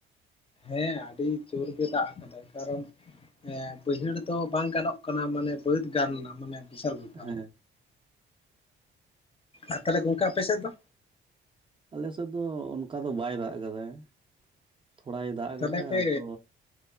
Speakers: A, on the left; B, on the right.
A: ᱦᱮᱸ ᱟᱹᱰᱤ ᱡᱳᱨ ᱜᱮ ᱫᱟᱜ ᱠᱟᱫᱟᱭ, ᱠᱟᱨᱚᱱ ᱦᱮᱸ ᱵᱟᱹᱭᱦᱟᱹᱲ ᱫᱚ ᱵᱟᱝ ᱜᱟᱱᱚᱜ ᱠᱟᱱᱟ, ᱢᱟᱱᱮ ᱵᱟᱹᱫ ᱜᱟᱱᱟ ᱢᱟᱱᱮ ᱵᱤᱥᱟᱞ ᱵᱮᱯᱟᱨ᱾
B: ᱦᱮᱸ
A: ᱟᱨ ᱛᱟᱦᱚᱞᱮ ᱜᱚᱝᱠᱮ ᱟᱯᱮ ᱥᱮᱫ ᱫᱚ?
B: ᱟᱞᱮ ᱥᱮᱫ ᱫᱚ ᱚᱱᱠᱟ ᱫᱚ ᱵᱟᱭ ᱫᱟᱜ ᱠᱟᱫᱟᱭ᱾ ᱛᱷᱚᱲᱟᱭ ᱫᱟᱜ
A: ᱛᱚᱞ
B: ᱠᱟᱫᱟᱭ
A: ᱯᱮ
B: ᱟᱫᱚ